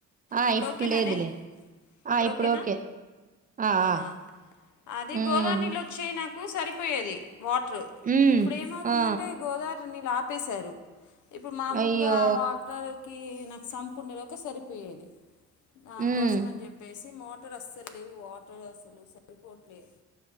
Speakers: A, on the right; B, on the left.
A: ఆ!
B: ఇప్పుడు ఓకేనానే
A: లేదులే.
B: ఇప్పుడు
A: ఆ!
B: ఓకేనా
A: ఓకే. ఆ!
B: అహా
A: ఆ!
B: అది
A: హ్మ్.
B: గోదారి నీళ్ళు వచ్చే నాకు ఉ సరిపోయేది వాటర్
A: హ్మ్.
B: ఇప్పుడు ఏమవుతుందంటే
A: ఆ!
B: గోదారి నీళ్ళుఆపేశారు ఇప్పుడు మామూలుగా
A: అయ్యో!
B: వాటర్ కే నాసపూర్ణ లో ఒక్క సరిపోయేది దానికోసం
A: హ్మ్.
B: అని చెప్పేసి మోటార్ వస్తాది లేదో వాటర్ అసలు సరి పోవట్లేదు